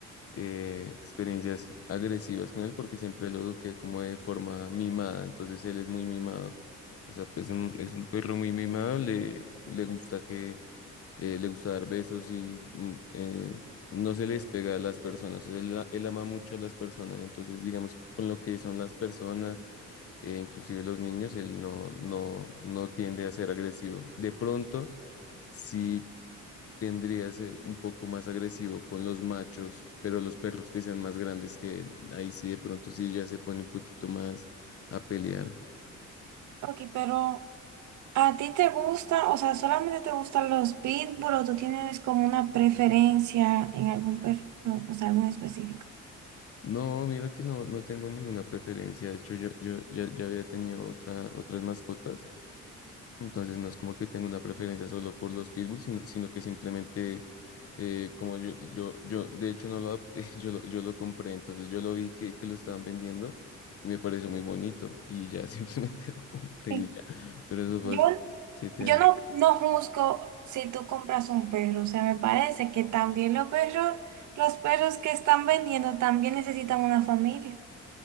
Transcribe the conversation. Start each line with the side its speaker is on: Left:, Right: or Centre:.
Left: eh, experiencias agresivas con él porque siempre lo eduqué como de forma mimada, entonces él es muy mimado, o sea, pues, un- es un perro muy mimado, le, le gusta que, eh, le gusta dar besos y mm, eh, no se les pega a las personas, o sea, él, él ama mucho a las personas, entonces digamos con lo que son las personas, eh, inclusive los niños, él no, no, no tiende a ser agresivo. De pronto, si tendría que ser un poco más agresivo con los machos, pero los perros que sean más grandes que él, ahí sí de pronto sí ya se pone un poquito más a pelear.
Right: Ok, pero... ¿A ti te gusta, o sea, solamente te gustan los pitbull o tú tienes como una preferencia en algún perro, o sea, algún específico?
Left: No, mira que no, no tengo ninguna preferencia. De hecho, yo, yo ya, ya había tenido otra, otras mascotas Entonces no es como que tenga una preferencia solo por los pitbulls, sino, sino que simplemente eh, como yo, yo, yo, de hecho no lo adopté, <laughs> yo lo, yo lo compré, entonces yo lo vi que, que lo estaban vendiendo y me pareció muy bonito y ya <laughs> simplemente lo compré
Right: Sí.
Left: y ya, pero eso fue
Right: Yo,
Left: hace siete
Right: yo
Left: años.
Right: no, no juzgo si tú compras un perro, o sea, me parece que también los perros, los perros que están vendiendo también necesitan una familia.